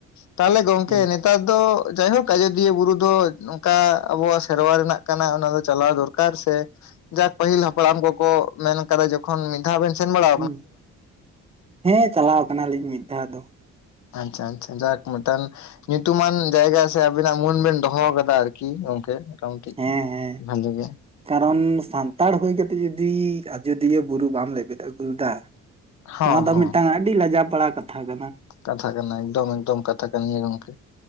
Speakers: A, on the left; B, on the right.
A: ᱛᱟᱦᱚᱞᱮ ᱜᱚᱝᱠᱮ
B: ᱦᱩᱸ
A: ᱱᱮᱛᱟᱨ ᱫᱚ ᱡᱟᱭᱦᱳᱠ ᱟᱡᱚᱫᱤᱭᱟᱹ ᱵᱩᱨᱩ ᱫᱚ ᱱᱚᱝᱠᱟ ᱟᱵᱚᱣᱟᱜ ᱥᱮᱨᱣᱟ ᱨᱮᱱᱟᱜ ᱠᱟᱱᱟ ᱚᱱᱟ ᱫᱚ ᱪᱟᱞᱟᱣ ᱫᱚᱨ ᱠᱟᱨ ᱥᱮ ᱡᱟᱠ ᱯᱟᱹᱦᱤᱞ ᱦᱟᱯᱲᱟᱢ ᱠᱚᱠᱚ ᱢᱮᱱ ᱠᱟᱫᱟ ᱡᱚᱠᱷᱚᱱ ᱢᱤᱫ ᱫᱷᱟᱣ ᱵᱮᱱ ᱥᱮᱱ ᱵᱟᱲᱟ
B: ᱦᱩᱸ, ᱦᱮᱸ ᱪᱟᱞᱟᱣ ᱠᱟᱱᱟ ᱞᱤᱧ ᱢᱤᱫ ᱫᱷᱟᱣ ᱫᱚ᱾
A: ᱟᱪᱪᱷᱟ ᱟᱪᱪᱷᱟ ᱡᱟᱭᱦᱳᱠ ᱢᱤᱴᱮᱱ ᱧᱩᱛᱩᱢᱟᱱ ᱡᱟᱭᱜᱟ ᱥᱮ ᱟᱵᱤᱱᱟᱜ ᱢᱟᱹᱱ ᱵᱮᱱ ᱫᱚᱦᱚᱣ ᱠᱟᱫᱟ ᱟᱨᱠᱤ ᱜᱚᱝᱠᱮ ᱢᱳᱴᱟᱢᱩᱴᱤ᱾
B: ᱦᱮᱸ᱾ ᱦᱮᱸ
A: ᱵᱷᱟᱞᱮ ᱜᱮ᱾
B: ᱠᱟᱨᱚᱱ ᱥᱟᱱᱛᱟᱲ ᱦᱩᱭ ᱠᱟᱛᱮᱜ ᱡᱩᱫᱤ ᱟᱡᱚᱫᱤᱭᱟᱹ ᱵᱩᱨᱩ ᱵᱟᱢ ᱞᱮᱵᱮᱫ ᱟᱹᱜᱩ ᱞᱮᱫᱟ
A: ᱦᱚᱸ
B: ᱱᱚᱣᱟ ᱫᱚ
A: ᱦᱚᱸ
B: ᱢᱤᱫᱴᱟᱝ ᱟᱹᱰᱤ ᱞᱟᱡᱟ ᱯᱟᱲᱟ ᱠᱟᱛᱷᱟ ᱠᱟᱱᱟ᱾
A: ᱠᱟᱛᱷᱟ ᱠᱟᱱᱟ ᱮᱠᱫᱚᱢ ᱮᱠᱫᱚᱢ ᱠᱟᱛᱷᱟ ᱠᱟᱱ ᱜᱮᱭᱟ ᱜᱚᱝᱠᱮ᱾